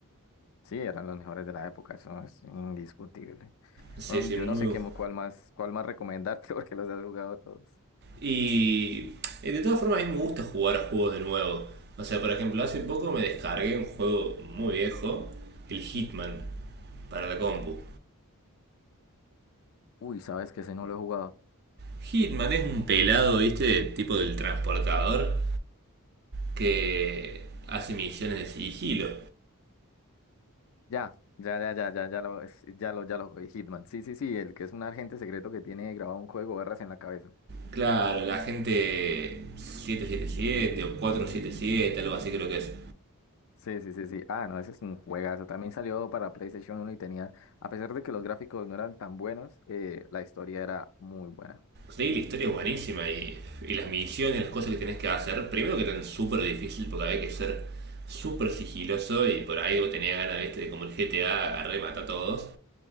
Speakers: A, on the left (about 65°); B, on the right (about 50°).
A: Sí, eran los mejores de la época, eso es indiscutible.
B: Sí,
A: Bueno,
B: sí,
A: yo
B: muy
A: no sé
B: buen
A: qué,
B: juego.
A: mo- cuál más, cuál más recomendarte <laughs> porque los has jugado todos.
B: Y eh, de todas formas, a mí me gusta jugar a juegos de nuevo. O sea, por ejemplo, hace poco me descargué un juego muy viejo, el Hitman, para la compu.
A: Uy, sabes que ese no lo he jugado.
B: Hitman es un pelado, ¿viste? Tipo del transportador que hace misiones de sigilo.
A: Ya, ya, ya, ya, ya, ya lo, es- ya lo, ya lo jugué. Hitman. Sí, sí, sí, el que es un agente secreto que tiene grabado un código barras en la cabeza.
B: Claro, la gente siete siete siete o cuatro siete siete, algo así creo que es.
A: Sí, sí, sí, sí. Ah, no, ese es un juegazo. También salió para PlayStation uno y tenía, a pesar de que los gráficos no eran tan buenos, eh, la historia era muy buena.
B: Sí, la historia es buenísima y, y las misiones, las cosas que tenés que hacer, primero que eran súper difícil porque había que ser súper sigiloso y por ahí vos tenías ganas, ¿viste? De como el GTA, agarrar y matar a todos.